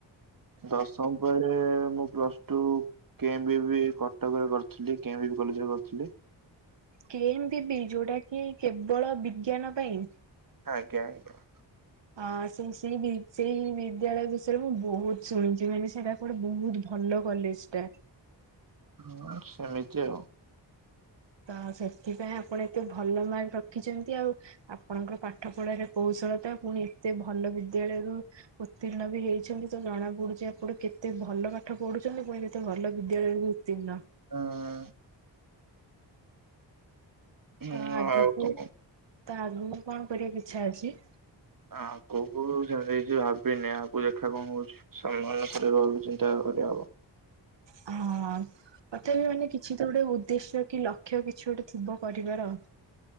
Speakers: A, on the right; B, on the right.
A: ଦଶମ ପରେ ମୁଁ ପ୍ଲସ ଟୁ କେମ୍ ବି ବି କଟକ ରେ କରିଥିଲି। କେମ୍ ବି ବି କଲେଜରେ କରିଥିଲି।
B: କେମ୍ ବି ବି ଯୋଉଟା କି କେବଳ ବିଜ୍ଞାନ ପାଇଁ?
A: ଆଜ୍ଞା ଆଜ୍ଞା।
B: ଆ ସେଇ ସେଇ ସେଇ ବିଦ୍ୟାଳୟ ବିଷୟରେ ମୁଁ ବୋହୁତ ଶୁଣିଛି। ମାନେ ସେଇଟା ଗୋଟେ ବହୁତ ଭଲ କଲେଜ ଟା।
A: ହୁଁ ସେମିତି ଆଉ।
B: ତ ସେଥିପାଇଁ ଆପଣ ଏତେ ଭଲ ମାର୍କ ରଖିଛନ୍ତି ଆଉ। ଆପଣଙ୍କର ପାଠ ପଢାରେ କୌଶଳତା ପୁଣି ଏତେ ଭଲ ବିଦ୍ୟାଳୟରୁ ଉତ୍ତୀର୍ଣ୍ଣ ବି ହେଇଛନ୍ତି। ତ ଜଣା ପଡୁଛି ଆପଣ କେତେ ଭଲ ପାଠ ପଢୁଛନ୍ତି ପୁଣି କେତେ ଭଲ ବିଦ୍ୟାଳୟରେ ବି ତ୍ତିର୍ଣ୍ଣ।
A: ହଁ। ହୁଁ
B: ତ ଆଗକୁ
A: ଆଉ କଣ
B: ତ ଆଗକୁ କଣ କରିବାକୁ ଇଚ୍ଛା ଅଛି?
A: ଆଗକୁ ସେମିତି କିଛି ଭାବିନି। ଆଗକୁ ଦେଖିଆ କଣ ହଉଛି? ସମ୍ମାନ <unintelligible> ଚିନ୍ତା କରିବାହବ।
B: ହଁ। ତଥାପି ମାନେ କିଛି ତ ଗୋଟେ ଉଦ୍ଦେଶ୍ୟ କି ଲକ୍ଷ୍ୟ କିଛି ଗୋଟେ ଥିବ କରିବାର?